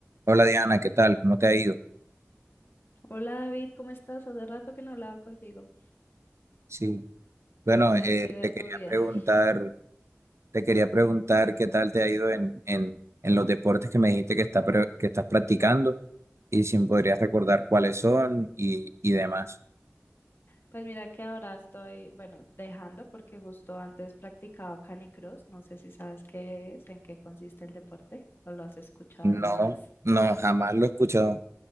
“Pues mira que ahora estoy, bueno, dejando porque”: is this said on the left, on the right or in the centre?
Left